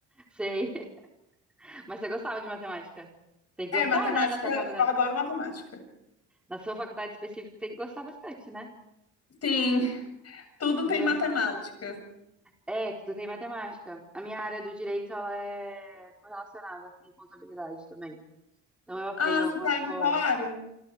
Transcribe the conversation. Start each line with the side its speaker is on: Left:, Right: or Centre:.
Centre: sei. <laughs> Mas você gostava de matemática? Tem que gostar,
Left: É, matemática,
Centre: né, da sua faculdade?
Left: eu adoro matemática.
Centre: Na sua faculdade específica tem que gostar bastante, né?
Left: Sim, tudo
Centre: Meu.
Left: tem matemática.
Centre: É, tudo tem matemática. A minha área do direito, ela é correlacionada com contabilidade também. Então eu aprendo
Left: Ah, você
Centre: algumas
Left: tá em
Centre: coisas.
Left: qual área?